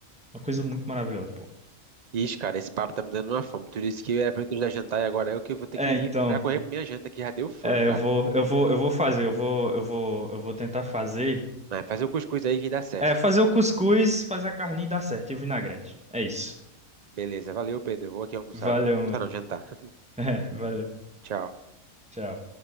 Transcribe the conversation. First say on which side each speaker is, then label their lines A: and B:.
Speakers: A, in the centre; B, on the right (about 75°).
A: uma coisa muito maravilhosa, pô.
B: Ixi, cara, esse papo tá me dando uma fome. Tu disse que era pra eu te dar jantar e agora eu que vou ter
A: É,
B: que ir
A: então,
B: pra correr pra minha janta que já deu fome,
A: é,
B: cara.
A: eu vou, eu vou, eu vou fazer, eu vou, eu vou, eu vou tentar fazer.
B: Mas faz o cuscuz aí que dá certo.
A: É, fazer o cuscuz, fazer a carninha e dar certo, e o vinagrete. É isso.
B: Beleza, valeu, Pedro. Eu vou aqui almoçar
A: Valeu,
B: agora. Almoçar
A: mano.
B: não,
A: <laughs>
B: jantar. <laughs>
A: É, valeu.
B: Tchau.
A: Tchau.